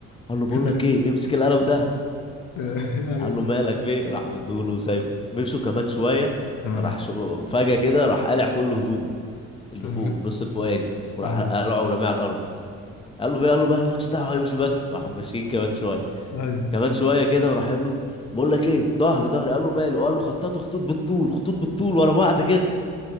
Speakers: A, on the left; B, on the left.
A: قال له بقول
B: <laughs>
A: لك ايه امسك القلم ده
B: ايوه
A: قال له مالك في إيه؟ راح مدوله وسايبه مشوا كمان شويه
B: تمام
A: راح شو... فجاه كده راح قلع كل هدومه اللي
B: تمام
A: فوق النص الفوقاني وراح
B: ايوه
A: قلعه ورميه على الارض قال له في إيه؟ قال له بقى مالكش دعوه امشي بس راحوا ماشيين كمان شويه
B: ايوه <laughs>
A: كمان شويه كده وراح قال له بقول لك ايه ظهري ظهري قال له ماله قال له خططوا خطوط بالطول خطوط بالطول ورا بعض كده